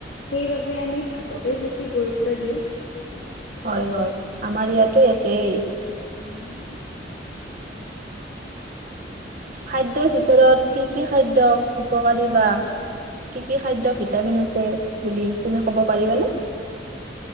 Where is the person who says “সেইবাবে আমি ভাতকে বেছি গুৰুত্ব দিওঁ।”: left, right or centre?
Left